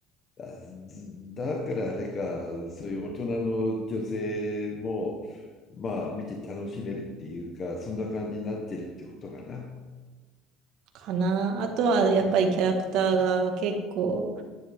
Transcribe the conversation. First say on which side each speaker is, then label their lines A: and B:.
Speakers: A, on the left; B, on the right.
A: あずだからあれか、そういう大人の女性も、まあ、見て楽しめるっていうか、そんな感じになってるってことかな。
B: かな。あとはやっぱりキャラクターが結構、